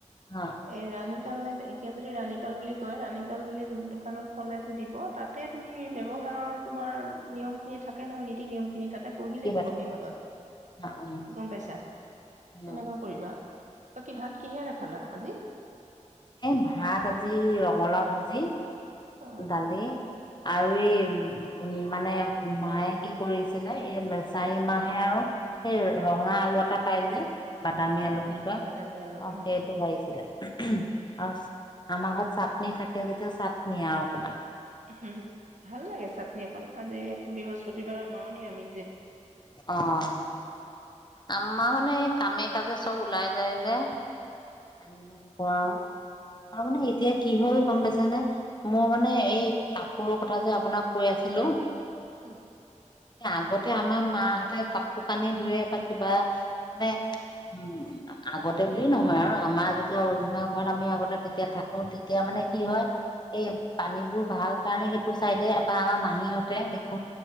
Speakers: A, on the left; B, on the right.
A: অ
B: এ ৰাণীপাল নে এতিয়া যদি ৰাণীপাল বুলি ক কয় ৰাণীপাল বুলি দোকানত ক'লেতো দিব তাতে তুমি ব্যৱহাৰৰ তোমাৰ নিয়ম খিনি থাকে নহয় নীতি নিয়ম খিন খিনি তাতে পঢ়িলে
A: থাকিবা
B: গমেই
A: থাকিবা
B: পাবা
A: অ
B: কি গম পাইছা তেনেকুৱা
A: অ
B: কৰিবা ত কি ভাত কিহেৰে খালা আজি
A: এ ভাত আজি ৰঙালাও ভাজি
B: অ',
A: দালি আৰু এই উ মানে মায়ে কি কৰিছিলে এই চাৰি মাহে আৰু সেই ৰঙা আলু এটা পাই যে বাদামী
B: অ
A: আলু বুলি কয়
B: বাদামী আলু
A: অ
B: উম
A: সেইটো বাছিলে আৰু আমাৰ ঘৰত চাটনি থাকে যেতিয়া চাট নিয়া আপোনাক
B: উম ভাল লাগে চাটনি অকন আজি বৃহস্পতিবাৰ মাৰ নি আমি
A: আহ আমা মানে এ কামে কাজে চব ওলাই যায় যে আমিহ কোৱা আৰু মানে এতিয়া কি হল গম পাইছো নে মই মানে এই কাপোৰৰ কথা যে আপোনাক কৈ আছিলো
B: উম
A: এতিয়া আগত তে আমাৰ মাহঁতে কাপোৰ কানি ধুৰে বা কিবা মানে উম আগতে বুলি নহয় আৰু আমাৰ যেতিয়া অৰিজুনা ঘৰত আমি আগতে তেতিয়া থাকো তেতিয়া মানে কি হয় এই পানীবোৰ ভাল কাৰণে সেইটো চাই দিয় বা আমাৰ মাহীহঁতে দেখো